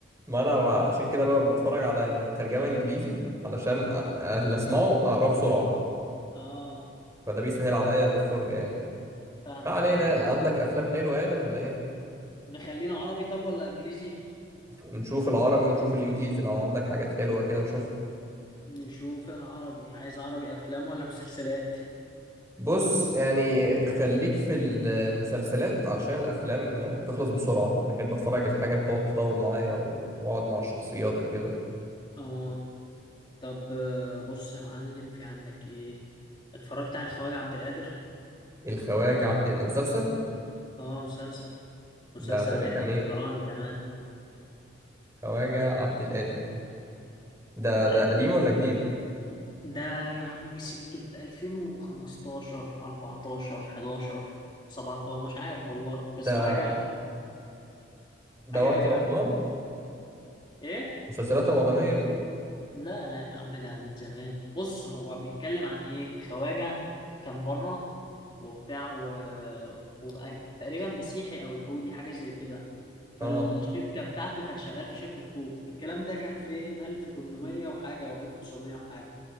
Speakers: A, on the right; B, on the left.
A: ما انا ب- عشان كده بقى بتفرج على ترجمه انجليزي علشان أ- اللي اسمعه اقراه بسرعه
B: اه
A: فده بيسهل عليا الفرجه يعني
B: فاهمك
A: ما علينا
B: فاهم
A: يعني. عندك افلام حلوه يعني ولا ايه
B: نخلينا عربي طب ولا إنجليزي
A: نشوف العربي ونشوف الانجليزي لو عندك حاجات حلوة كده نشوف
B: نشوف العربي عايز عربي أفلام ولا مسلسلات
A: بص يعني خليك في المسلسلات علشان الافلام بتخلص بسرعة بحب اتفرج الحاجة بتقعد تطول معايا و- واقعد مع الشخصيات وكده
B: اه طب آه، بص يا معلم في عندك ايه اتفرجت على الخواجة عبد القادر
A: الخواجة عبد ده مسلسل
B: اه مسلسل مسلسل
A: ده ده بيحكي
B: يحيى
A: عن
B: الفخراني
A: ايه
B: كمان
A: خواجة عبد القادر ده ده
B: قد-
A: قديم ولا جديد
B: ده يعني سكة 2015 14 11 17 مش عارف والله
A: ده
B: بس هو حاجة
A: ده
B: حاجة
A: وقت
B: رايقة
A: رمضان
B: أوي كده ايه
A: المسلسلات الرمضانية دي
B: لا لا يا عم ده من زمان بص هو بيتكلم عن ايه خواجة كان بره وبتاع و... وبقى تقريبا مسيحي او يهودي حاجة زي كده فالشركة
A: اه
B: بتاعته كان شغال في شركة طوب الكلام ده كان فين 1800 وحاجة او 1900 وحاجة